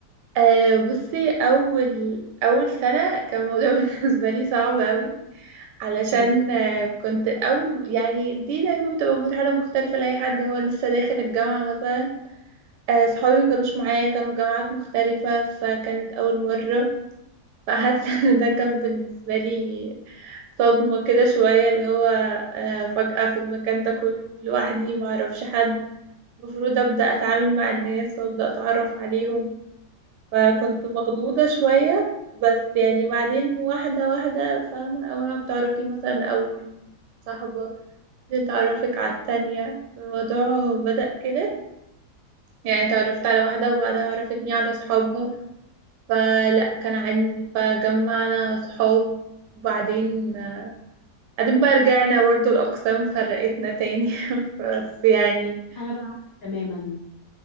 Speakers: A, on the right (about 80°); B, on the left (about 30°).
A: آه بصي أول أول سنة كان الموضوع <laughs> بالنسبة لي صعب قوي علشان
B: مم.
A: آه، كنت أول يعني دي دايما بتبقى مرحلة مختلفة لأي حد هو لسه داخل الجامعة مثلا آه صحابي ما كانوش معايا كانوا في جامعات مختلفة فكانت أول مرة فحاسة ان ده كان بالنسبة لي صدمة كده شوية اللي هو انا فجأة في المكان ده كله لوحدي ما اعرفش حد المفروض ابدأ اتعامل مع الناس وابدأ اتعرف عليهم فكنت مخضوضة شوية بس يعني بعدين واحدة واحدة فاهمة اول ما بتعرفي مثلا اول صاحبة بعدين تعرفك على التانية الموضوع بدأ كده يعني تعرفت على واحدة وبعدها عرفتني على صحابها فلا كان عندي فجمعنا صحاب وبعدين آه، بعدين بقى رجعنا برضه الأقسام فرقتنا تاني <laughs> بس يعني
B: انا بقى عكسك تماما